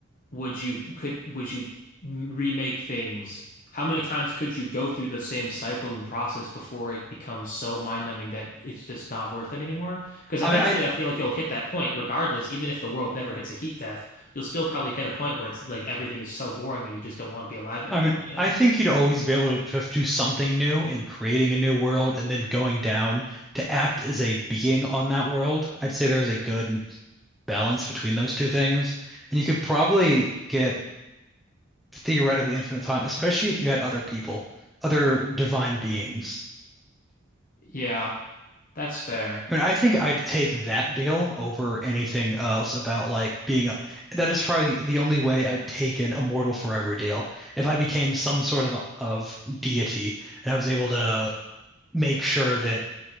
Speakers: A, on the left; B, in the centre.
A: would you could would you m- remake things? How many times could you go through the same cycle and process before it becomes so mind-numbing that it's just not worth it anymore? Because
B: I
A: eventually
B: mean, I
A: I feel like you'll hit that point regardless, even if the world never hits a heat death, you'll still probably hit a point where it's like everything is so boring and you just don't want to be alive anymore,
B: I mean,
A: you know?
B: I think you'd always be able to f- do something new in creating a new world and then going down to act as a being on that world. I'd say there's a good balance between those two things. And you could probably get theoretically infinite time, especially if you had other people, other divine beings.
A: Yeah, that's fair.
B: I mean, I think I'd take that deal over anything else about like being a, that is probably the, the only way I'd take an immortal forever deal. If I became some sort of of deity and I was able to make sure that,